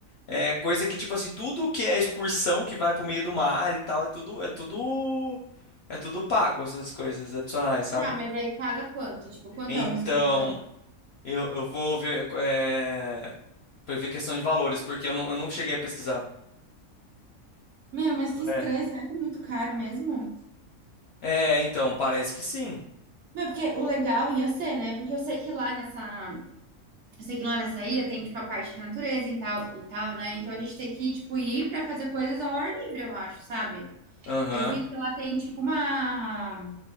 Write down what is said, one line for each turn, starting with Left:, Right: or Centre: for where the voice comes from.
Left: é coisa que tipo assim, tudo que é excursão que vai pro meio do mar e tal, é tudo é tudo é tudo pago essas coisas adicionais, sabe?
Right: Tá, mas aí paga quanto? Tipo, quanto
Left: Então,
Right: é uma excursão?
Left: eu, eu vou ver, é, pra ver questão de valores, porque eu não, eu não cheguei a pesquisar.
Right: Meu, mas que estranho.
Left: É.
Right: Será que é muito caro mesmo?
Left: É, então, parece que sim.
Right: Meu, porque o legal ia ser, né? Porque eu sei que lá nessa, eu sei que lá nessa ilha tem tipo a parte de natureza e tal e tal, né? Então a gente tem que tipo ir pra fazer coisas ao ar livre, eu acho, sabe?
Left: Aham.
Right: Eu vi que lá tem tipo uma